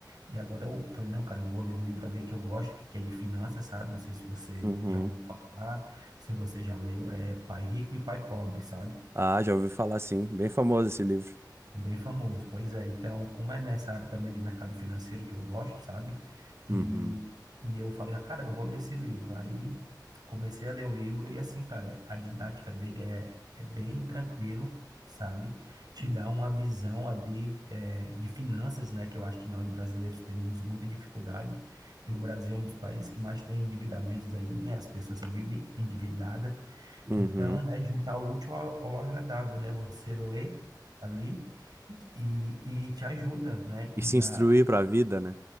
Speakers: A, on the right; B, on the right.
A: E agora eu falei, não, cara, eu vou ler um livro ali que eu gosto, que é de finanças, sabe? Não sei se você
B: Uhum.
A: já ouviu falar, se você já leu, é Pai Rico e Pai Pobre, sabe?
B: Ah, já ouvi falar, sim. Bem famoso esse livro.
A: Bem famoso, pois é. Então, como é nessa área também de mercado financeiro que eu gosto, sabe? E,
B: Uhum.
A: e eu falei, ah, cara, eu vou ler esse livro. Aí comecei a ler o livro e assim, cara, a didática dele é, é bem tranquilo, sabe? Te dá uma visão ali eh, de finanças, né? Que eu acho que nós brasileiros temos muita dificuldade. E o Brasil é um dos países que mais tem endividamentos aí, né? As pessoas só vivem endividadas.
B: Uhum.
A: Então, né, juntar o útil ao, ao agradável, né? Você lê ali e, e, e te ajuda, né?
B: E
A: E
B: se
A: na,
B: instruir para a vida, né?